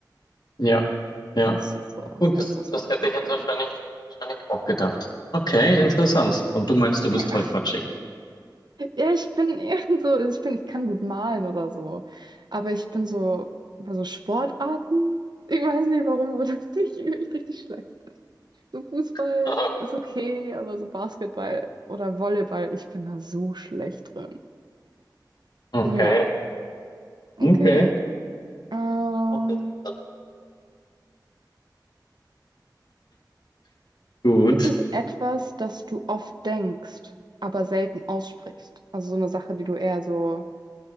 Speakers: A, on the left; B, on the right.
A: Ja, ja.
B: Und Das ist so das
A: Gut,
B: Erste,
A: das,
B: was
A: das
B: mir da
A: hätte
B: einfällt.
A: ich jetzt wahrscheinlich, wahrscheinlich auch gedacht. Okay, interessant. Und du meinst, du
B: <laughs>
A: bist
B: Ja,
A: tollpatschig.
B: ja, ich bin <laughs> eher so, also ich bin, ich kann gut malen oder so, aber ich bin so bei so Sportarten, ich weiß nicht warum, aber <laughs> das bin ich echt richtig schlecht. So Fußball
A: <laughs>
B: ist okay, aber so Basketball oder Volleyball, ich bin da so schlecht drin.
A: Okay,
B: Ja, okay.
A: okay.
B: Ähm,
A: Auch interessant. Gut.
B: gibt es etwas, das du oft denkst, aber selten aussprichst? Also so eine Sache, die du eher so